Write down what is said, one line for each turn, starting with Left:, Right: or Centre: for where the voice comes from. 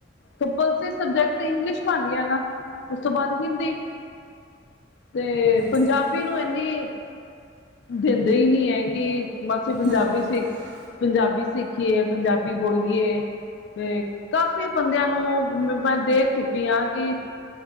Left: ਕੰਪਸਰੀ ਸਬਜੈਕਟ ਇੰਗਲਿਸ਼ ਬ ਆਉਂਦੀ ਨਾ ਉਸ ਤੋਂ ਬਾਅਦ ਹਿੰਦੀ ਤੇ ਪੰਜਾਬੀ
Right: ਥੈਂਕ-
Left: ਨੂੰ ਇੰਨੀ ਦਿੰਦੇ ਹੀ ਨਹੀਂ ਹੈ ਕੀ ਮਾਸੀ ਪੰਜਾਬੀ
Right: ਅਹਿਮੀਅਤ
Left: ਸਿੱਖ
Right: ਹੈ।
Left: ਪੰਜਾਬੀ ਸਿੱਖ ਦੇਖੀਏ ਪੰਜਾਬੀ ਬੋਲੀਏ ਤੇ ਕਾਫ਼ੀ ਬੰਦਿਆਂ ਨੂੰ ਮੈਂ ਦੇਖ ਚੁੱਕੀ ਹਾਂ ਕਿ